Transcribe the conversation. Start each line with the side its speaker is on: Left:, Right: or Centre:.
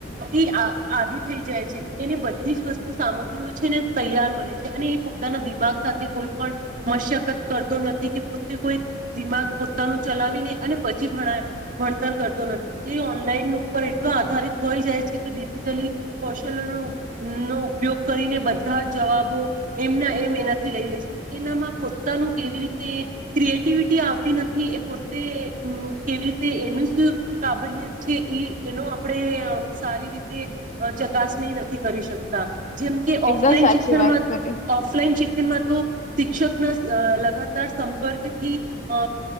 Right: એ આ આદિ થઈ જાય છે એને બધી જ વસ્તુ સામગ્રીઓ છે ને તૈયાર મળે છે અને એ પોતાના દિમાગ સાથે કોઈ પણ મશકત કરતો નથી કે પોતે કોઈ દિમાગ પોતાનું ચલાવીને અને પછી ભણતર કરતો નથી એ ઓનલાઈન ઉપર એટલો આધારિત હોઈ જાય છે કે ડિજિટલી કૌશલનો નો ઉપયોગ કરીને બધા જવાબો એમના એમ એનાથી લઈ લે છે એનામાં પોતાનું કેવી રીતે ક્રિએટિવિટી આવતી નથી એ પોતે કેવી રીતે એનું શું કાબલિયત છે એ એનો આપણે સારી રીતે અ ચકાસણી નથી કરી શકતા જેમ કે
Left: એકદમ
Right: ઓફલાઈન
Left: સાચી
Right: શિક્ષણમાં
Left: વાત કરી
Right: ઓફલાઈન શિક્ષણમાં તો શિક્ષકના અ લગાતાર સંપર્કથી અ